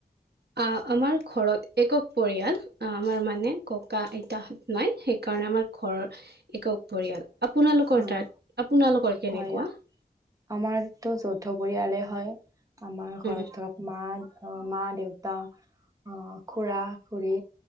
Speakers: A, on the right; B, on the right.
A: আহ আমাৰ ঘৰত একক পৰিয়াল। আমাৰ মানে ককা আইতাহত নাই সেই কাৰণে আমাৰ ঘৰৰ একক পৰিয়াল। আপোনালোকৰ
B: হয়
A: তাত আপোনালোকৰ কেনেকুৱা?
B: হয় আমাৰতো যৌথ পৰিয়ালে হয়। আমাৰ ঘৰত
A: উম
B: ধৰক মা অ' মা দেউতা অ' খুৰা-খুৰী